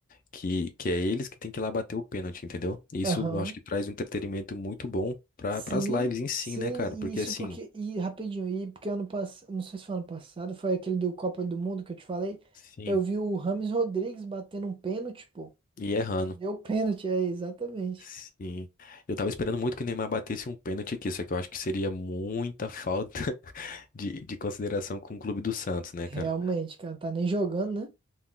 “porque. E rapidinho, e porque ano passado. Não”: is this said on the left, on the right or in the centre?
Right